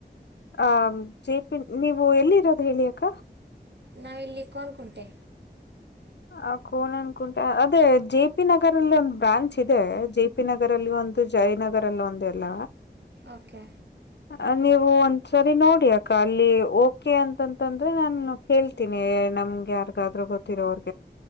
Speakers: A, on the left; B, on the right.
A: ಆ ಜೆಪಿ ನೀವು ಎಲ್ಲಿರೋದು ಹೇಳಿಯಕ್ಕ
B: ನಾವಿಲ್ಲಿ ಕೋಣನಕುಂಟೆ
A: ಆ ಕೋಣನಕುಂಟೆ ಅದೇ J P J P Nagar ಅಲ್ಲಿ ಒಂದು ಬ್ರಾಂಚ್ ಇದೆ ಜೆ ಪಿ ನಗರ್ ಅಲ್ಲಿ ಒಂದು ಜಯನಗರ್ ಅಲ್ಲಿ ಒಂದು ಎಲ್ಲ
B: ಓಕೆ
A: <unintelligible> ನೀವು ಒಂದ್ಸರಿ ನೋಡಿ ಅಕ್ಕಾ ಅಲ್ಲಿ ಓಕೆ ಅಂತಂತಂದ್ರೆ ನಾನು ಕೇಳ್ತೀನಿ ನಮ್ಗೆ ಯಾರ್ಗಾದ್ರೂ ಗೊತ್ತಿರೋಗೆ